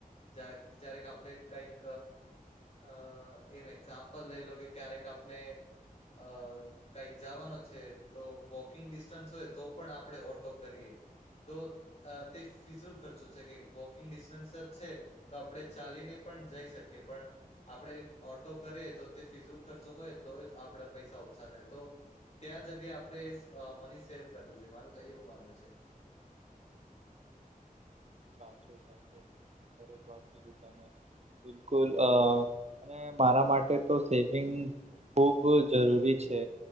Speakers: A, on the left; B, on the right.
A: જા જ્યારેક આપણે કંઈક અ એમ એક્ઝામ્પલ લઈ લો કે ક્યારેક આપને અ કાઈક જવાનો છે તો વોકિંગ ડિસ્ટન્સ હોય તો પણ આપણે ઓટો કરીએ. તો અ તે ફિઝુલ ખર્ચો છે કે વોકિંગ ડિસ્ટન્સ છે તો આપણે ચાલીને પણ જઈ શકીએ પણ આપણે ઓટો કરીએ તો તે ફિઝુલ ખર્ચો હોય તો જ આપડા પૈસા ઓછા થાય તો ત્યાં જગ્યાએ આપડે અ મની સેવ કરવું જોઈએ મારું તો એવું માનવું છે.
B: સાચું સાથે સરસ વાત કીધી તમે બિલકુલ અ અને મારા માટે તો સેવિંગ ખૂબ જરૂરી છે.